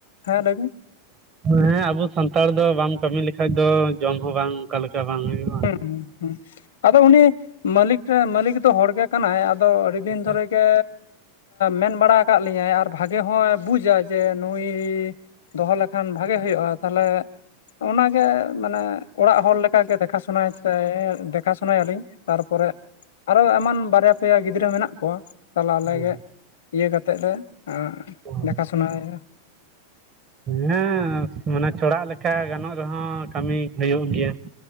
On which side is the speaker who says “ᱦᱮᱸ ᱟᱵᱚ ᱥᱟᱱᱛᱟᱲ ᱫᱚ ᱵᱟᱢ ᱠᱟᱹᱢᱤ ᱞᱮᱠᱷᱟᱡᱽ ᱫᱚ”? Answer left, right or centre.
Right